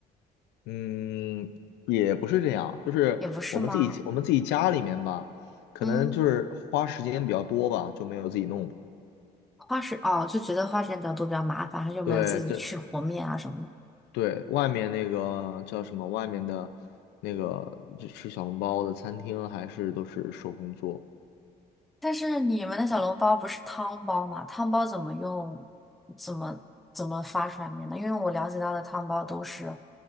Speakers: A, on the left; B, in the centre.
A: 嗯，也不是这样，就是我们自己我们自己家里面吧，
B: 也不是吗？
A: 可能就是花时间比较多吧，
B: 嗯，
A: 就没有自己弄。
B: 花时哦，就觉得花时间比较多，比较麻烦，他就没有自己去和面啊什么的。
A: 对，嗯这对外面那个叫什么？外面的那个就吃小笼包的餐厅还是都是手工做。
B: 但是你们的小笼包不是汤包吗？汤包怎么用？怎么怎么发出来面呢？因为我了解到的汤包都是